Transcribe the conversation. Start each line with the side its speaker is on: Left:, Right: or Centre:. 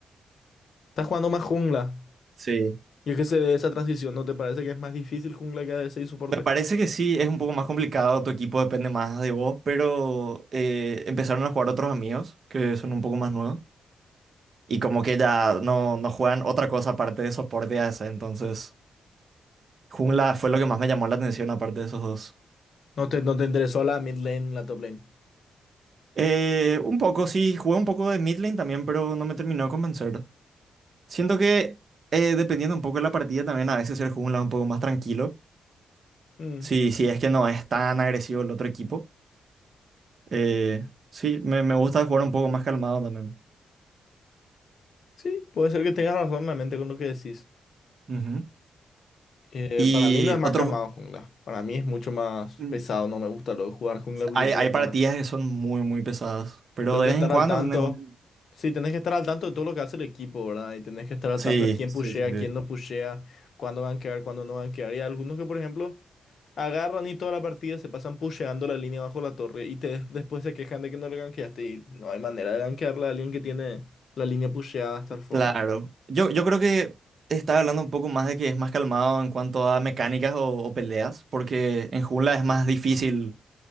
Left: Estás jugando más jungla.
Right: Sí.
Left: Y es que se ve esa transición. ¿No te parece que es más difícil jungla que ADC y soporte?
Right: Me parece que sí, es un poco más complicado, tu equipo depende más de vos, pero eh, empezaron a jugar otros amigos que son un poco más nuevos y como que ya no, no juegan otra cosa aparte de soporte y ADC, entonces jungla fue lo que más me llamó la atención aparte de esos dos.
Left: ¿No te, no te interesó la mid lane, la top lane?
Right: Eh, un poco, sí, jugué un poco de mid lane también, pero no me terminó de convencer. Siento que eh, dependiendo un poco de la partida también a veces el jungla es un poco más tranquilo.
Left: Mm,
Right: Sí, sí, es que no es tan agresivo el otro equipo. Eh, sí, me, me gusta jugar un poco más calmado también.
Left: Sí, puede ser que tengas razón realmente con lo que decís.
Right: Ujú.
Left: Eh,
Right: Y
Left: para mí no es más
Right: otros,
Left: calmado jungla. Para mí es mucho más
Right: mm,
Left: pesado. No me gusta lo de jugar jungla porque
Right: hay,
Left: tengo
Right: hay
Left: que estar,
Right: partidas que son muy, muy pesadas, pero
Left: tengo
Right: de
Left: que
Right: vez
Left: estar
Right: en cuando
Left: al tanto.
Right: tenés un...
Left: Sí, tenés que estar al tanto de todo lo que hace el equipo, ¿verdad? Y tenés que estar al
Right: Sí,
Left: tanto de quién
Right: sí,
Left: pushea,
Right: sí, sí.
Left: quién no pushea, cuándo van a quedar, cuándo no van a quedar. Y hay algunos que, por ejemplo, agarran y toda la partida se pasan pusheando la línea bajo la torre y te, después se quejan de que no le gankeaste. Y no hay manera de gankearla a alguien que tiene la línea pusheada hasta el fondo.
Right: Claro. Yo, yo creo que estaba hablando un poco más de que es más calmado en cuanto a mecánicas o, o peleas, porque en jungla es más difícil